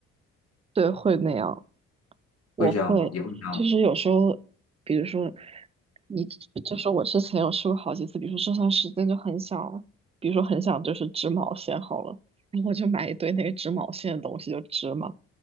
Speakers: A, on the right (about 20°); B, on the left (about 55°).
A: 对，会那样，我会，
B: 会这样吗？也会这样吗。
A: 就是有时候，比如说，你就是我之前有试过好几次，比如说这段时间就很想，比如说很想就是织毛线好了，然后我就买一堆那个织毛线的东西就织嘛，